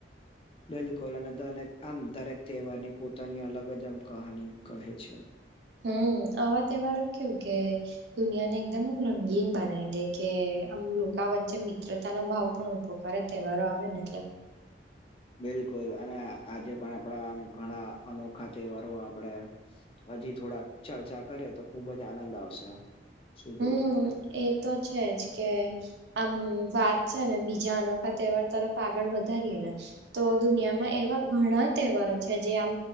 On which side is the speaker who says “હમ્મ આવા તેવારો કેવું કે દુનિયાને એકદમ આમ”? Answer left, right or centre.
Right